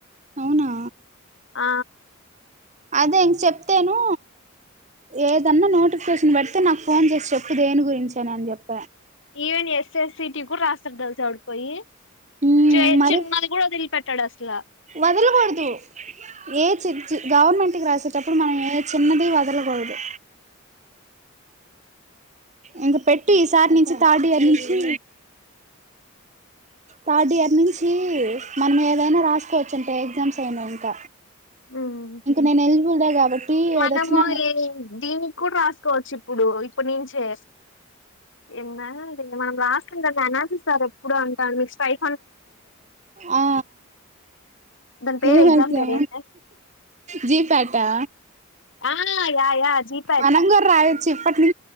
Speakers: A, on the right (about 35°); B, on the left (about 65°).
A: అవునా
B: అ
A: అదే ఇంక చెప్తేను ఏదన్నా నోటిఫికేషన్ పడితే నాకు ఫోన్ చేసి చెప్పు దేని గురించని అని చెప్
B: even S S C T కూడా రాస్తార్ తెల్సా ఆడుకు పోయి
A: మ్మ్
B: చే
A: మరి
B: చిన్నది కూడా వదిలిపెట్ అంటాడాస్లా
A: వదలకూడదు ఏ చిచి గవర్నమెంట్ తిరిగి రాసేటప్పుడు మనం ఏ చిన్న దీ వదలకూడదు ఇంకా పెట్టు ఈసారి నుంచి థర్డ్ ఇయర్ నుంచి థర్డ్ ఇయర్ నుంచి మనం ఏదైనా రాసుకోవచ్చు అంటే ఎగ్జామ్స్ అయినా ఇంక
B: ఉమ్
A: నేను ఎలిజిబుల్ కాబట్టి
B: మనము
A: ఏదొచ్చినా
B: ఈ దీన్ని కూడా రాసుకోవచ్చు ఇప్పుడు ఇప్పునుంచే నిన్న నిన్న మనం రాసింది అనాలసిస్ సరేప్పుడో అంటాంది మీకు స్పయి
A: ఆ
B: దాని పేరు
A: లేదు
B: ఎగ్జామ్
A: అక్క
B: పేరు ఏంది
A: జీ ఫ్యాటా
B: ఆ యా యా జీపాట్
A: మనంకూడా రాయి చేప్పండి